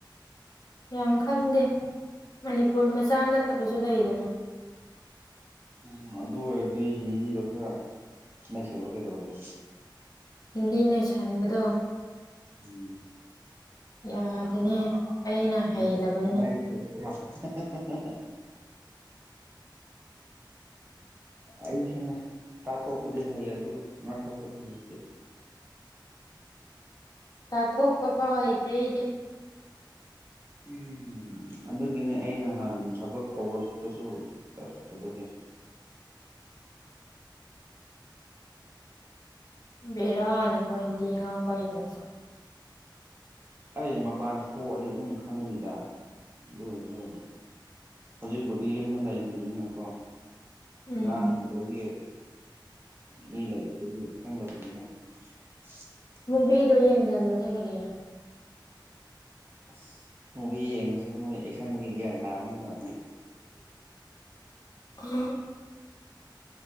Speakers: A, on the left; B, on the right.
A: ꯌꯥꯝ ꯈꯪꯗꯦ ꯃꯅꯤꯄꯨꯔ ꯃꯆꯥ ꯅꯠꯇꯕꯁꯨ ꯂꯩꯗꯅ꯫
B: ꯎꯪ ꯑꯗꯨ ꯑꯣꯏꯔꯗꯤ ꯍꯤꯟꯗꯤꯗꯣ ꯈꯔ ꯅꯩꯁꯜꯂꯣ ꯀꯩꯗꯧꯒꯦ꯫
A: ꯍꯤꯟꯗꯤ ꯅꯩꯁꯟꯕꯗꯣ
B: ꯎꯝ꯫
A: ꯌꯥꯗꯦꯅꯦ꯫ ꯑꯩꯅ
B: <inaudible>
A: ꯍꯩꯇꯕꯅꯤꯅ
B: ꯑꯩꯁꯨꯅꯦ ꯇꯥꯊꯣꯄꯗꯤ ꯍꯩ ꯑꯗꯨ ꯉꯥꯡꯊꯣꯄꯗꯤ ꯍꯩꯇꯦ꯫
A: ꯇꯥꯊꯣꯛꯄ ꯐꯥꯎ ꯍꯩꯇꯦ ꯑꯩꯗꯤ꯫
B: ꯎꯝ ꯑꯗꯨꯒꯤꯅꯦ ꯑꯩ ꯅꯍꯥꯟ ꯊꯕꯛ ꯀꯧꯔꯛꯄꯁꯨ ꯆꯠꯇꯕꯁꯦ꯫
A: ꯕꯦꯔꯥꯅꯤꯀꯣ ꯍꯤꯟꯗꯤ ꯉꯥꯡꯕ ꯍꯩꯇꯕꯁꯨ꯫
B: ꯑꯩ ꯃꯄꯥꯟ ꯊꯣꯛꯑꯗꯤ ꯑꯗꯨꯝ ꯈꯪꯉꯅꯤꯗ ꯑꯗꯨ ꯑꯣꯏꯔꯁꯨ ꯍꯧꯖꯤꯛꯄꯨꯗꯤ ꯌꯨꯝꯗ ꯂꯩꯔꯤꯕꯅꯤꯅꯀꯣ
A: ꯎꯝ
B: ꯉꯥꯡꯅꯕꯒꯤ ꯃꯤ ꯂꯩꯇꯕꯒꯤ ꯈꯪꯗꯕ <unintelligible>
A: ꯃꯨꯚꯤꯗꯣ ꯌꯦꯡꯖꯜꯂꯣꯅꯦ ꯀꯔꯤꯅꯣ꯫
B: ꯑꯁ ꯃꯨꯚꯤ ꯌꯦꯡꯉꯁꯨ ꯃꯣꯏ ꯑꯦꯛꯁꯟꯗꯒꯤ ꯒ꯭ꯌꯥꯟ ꯇꯥꯕꯅꯤꯅ꯫
A: ꯍ꯫